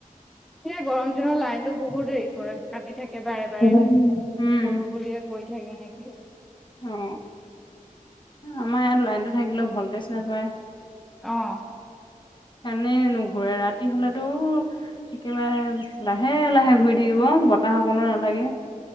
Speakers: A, in the centre; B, on the left.
A: সেয়া গৰম দিনত লাইনটো বহুত হেৰি কৰে কাটি থাকে বাৰে বাৰে,
B: উম
A: সৰু বুলিয়ে গৈ থাকে নেকি?
B: অ, আমাৰ ইয়াত লাইনটো থাকিলেও ভলটেজ নাপায়।
A: অহ।
B: এনে নুঘুৰে ৰাতি হলেতো একেবাৰে লাহে- লাহে ঘূৰি থাকিব বত তাহ অকণো নালাগে,